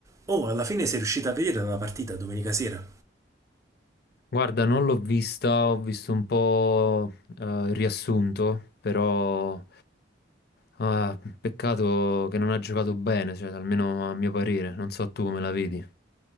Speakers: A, on the right; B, on the left.
A: Oh, alla fine sei riuscita a vedere la partita domenica sera?
B: Guarda, non l'ho vista, ho visto un po' eh, il riassunto, però ah, peccato che non ha giocato bene, cioè, almeno a mio parere, non so tu come la vedi.